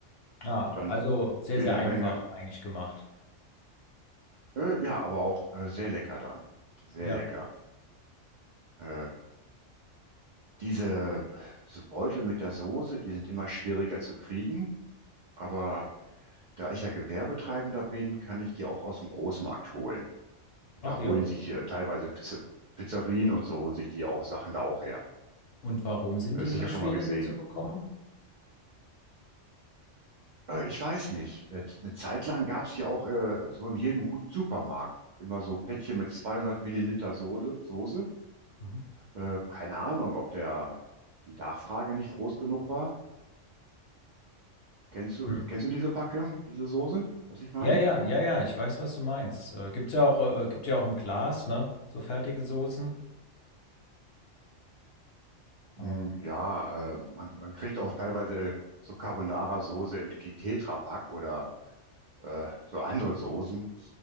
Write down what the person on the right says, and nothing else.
Dann
jede
Menge,
äh, ja, aber auch äh, sehr lecker dann. Sehr
lecker. Äh, diese Beutel mit der Soße, die sind immer schwieriger zu kriegen, aber Da ich ja Gewerbetreibender bin, kann ich die auch aus dem Großmarkt holen.
Da holen
sich hier teilweise Pizze- Pizzerien und so holen sich die auch Sachen da auch her.
Äh,
Sicher
schon mal gesehen.
Äh, Ich weiß nicht. Äh, Eine Zeit lang gab es ja auch äh, so in jedem guten Supermarkt immer so Päckchen mit 200 Milliliter Soße. Soße.
Äh, keine Ahnung, ob der die Nachfrage nicht groß genug war. Kennst du,
kennst du diese Packung, diese Soße, was ich meine?
Hm,
Ja, äh, man, man kriegt auch teilweise so Carbonara-Soße im Ki- Tetrapack oder äh, so andere Soßen.